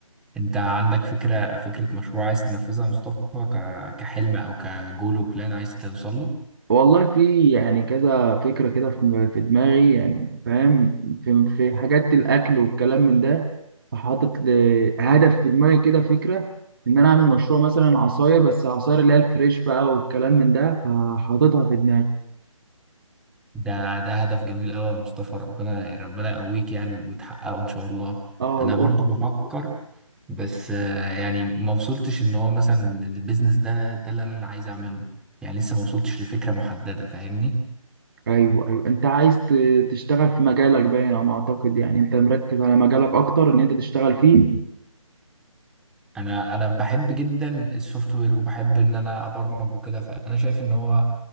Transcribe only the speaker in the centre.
انت عندك فكرة فكرة مشروع عايز تنفذها يا مصطفى ك- كحلم او كجول وبلان عايز توصل له
ده ده هدف جميل قوي يا مصطفى ربنا ربنا يقويك يعني وتحققه ان شاء الله
انا
برضو بفكر بس آه، يعني ما وصلتش ان هو مثلا البيزنس ده ده اللي انا عايز اعمله يعني لسه ما وصلتش لفكرة محددة فاهمني
انا انا بحب جدا السوفت وير وبحب ان انا ابرمج وكده فانا شايف ان هو